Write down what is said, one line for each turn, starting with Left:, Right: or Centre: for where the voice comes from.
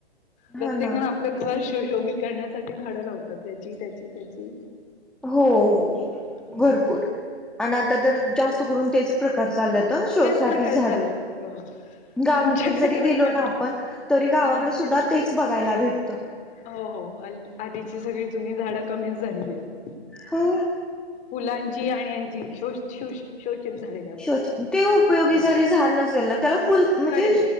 Left: प्रत्येकण
Centre: हा ना
Left: आपलं घर श शोभित करण्यासाठी झाडं लावतात ह्याची त्याची त्याची
Centre: हो हो
Left: हम्म
Centre: भरपूर आणि आता तर जास्त करून तेच प्रकार चालेलंत ह शो
Left: तेच
Centre: साठीच
Left: प्रकार
Centre: झाड
Left: चालेत हो
Centre: गावाकडे
Left: तुमच्याकडे
Centre: जरी
Left: तेवढे
Centre: गेलो
Left: काय
Centre: ना आपण तरी गावाकडे
Left: हा तर
Centre: सुद्धा तेच बघायला भेटत.
Left: हो हो अलट आधीची सगळी जुनी झाडं कमीच झाली आहेत.
Centre: हो.
Left: फुलांची आणि यांची श शष शोषित झालेला
Centre: शोची ते उपयोगी जरी झाड नसेल ना त्याला फुल
Left: चालेल.
Centre: म्हणजे